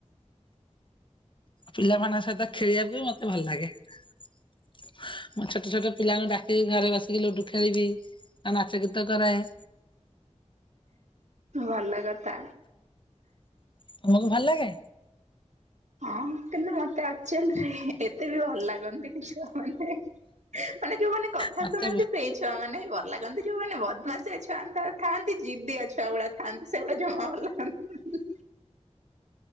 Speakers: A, on the left; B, on the right.
A: ପିଲାମାନଙ୍କ ସହିତ ଖେଳିବାକୁ ମୋତେ ଭଲ ଲାଗେ। ମୁଁ ଛୋଟ ଛୋଟ ପିଲାଙ୍କୁ ଡାକ ସେ ଘରେ ବସିକି ଲୁଡୁ ଖେଳିବି ଓ ନାଚ ଗୀତ କରାଏ।
B: ଭଲ କ ତା
A: ତୋମକୁ ଭଲ ଲାଗେ?
B: ହଁ କିନ୍ତୁ ମୋତେ ଆକ୍ଚୁଲରେ ଏତେ ବି ଭଲ ଲାଗନ୍ତି ନି ଛୁଆମାନେ। ମାନେ ମାନେ ଯୋଉମାନେ କଥା
A: ମତେ
B: ଶୁଣନ୍ତି ସେଇ ଛୁଆ ମାନେ ହିଁ ଭଲ ଲାଗ ଚନ୍ତି ଯୋଉ ମାନେ ବଦମାସିଆ ଛୁଆ ମାନେ ଥର ଥାଆ ସେ ଜିଦିଆ ଛୁଆ ଗୁଡା ଥାଆନ୍ତି ସେଗୁଡା ଜମା ଭଲ ଲଗନ୍ତିନି।